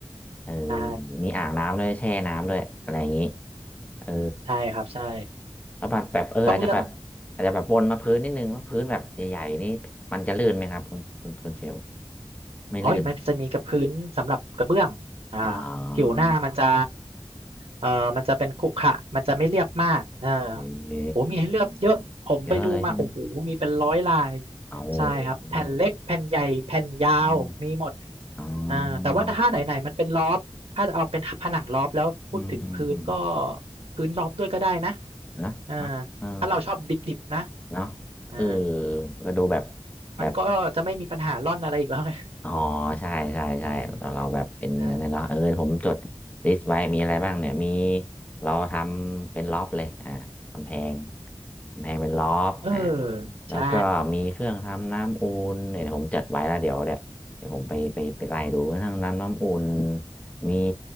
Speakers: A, on the left (about 15°); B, on the right (about 80°).
A: เออ
B: ใช่
A: มีอ่างน้ำด้วยแช่น้ำด้วยอะไรอย่างนี้เออ
B: ใช่ครับ ใช่
A: แล้วแบบแบบเอออาจจะแบบอาจจะแบบวนมาพื้นนิดนึงว่าพื้นแบบใหญ่ๆนี่มันจะลื่นไหมครับคุณคุณคุณเชล
B: ต้องเลือก
A: ไม่ลื่นมั้ง
B: อ๋อยมันจะมีกับพื้นสำหรับกระเบื้องอ่า
A: อ๋อ
B: ผิวหน้ามันจะเอ่อมันจะเป็นขรุขระมันจะไม่เรียบมากเออ
A: โอเค
B: โหมีให้เลือกเยอะ ผมไปดูมา
A: เยอะเลยใช่ไหม
B: โอ้โหมีเป็นร้อยลาย
A: โอ้โหอื
B: ใช่ครับแผ่นเล็กแผ่นใหญ่แผ่นยาวมีหมด
A: มอ๋อ
B: อ่าแต่ว่าถ้าไหนไหนมันเป็นลอบถ้าจะเอาเป็นผนังลอบแล้วพูดถึงพื้นก็
A: อืมอืมอืม
B: พื้นลอบด้วยก็ได้นะ
A: นะไหมเออ
B: อ่าถ้าเราชอบดิบๆนะ
A: เนาะ
B: อ่า
A: เออก็ดูแบบแบบ
B: มันก็จะไม่มีปัญหาร่อนอะไรอีกแล้วไง
A: อ๋อใช่ใช่ใช่เราเราแบบเป็นอะไรเนาะเออผมจด
B: เออได้
A: ลิสต์ไว้มีอะไรบ้างเนี่ยมี
B: ใช่
A: เราทำเป็นล็อบเลยอ่ากำแพงกำแพงเป็นล็อบอ่า
B: เออ
A: แล้วก็มีเครื่องทำน้ำอุ่นเนี่ยเดี๋ยวผมจัดไว้แล้วเดี๋ยวเดี๋ยวเดี๋ยวผมไปไปไปไล่ดูเครื่องทำน้ำอุ่น
B: ใช่
A: มี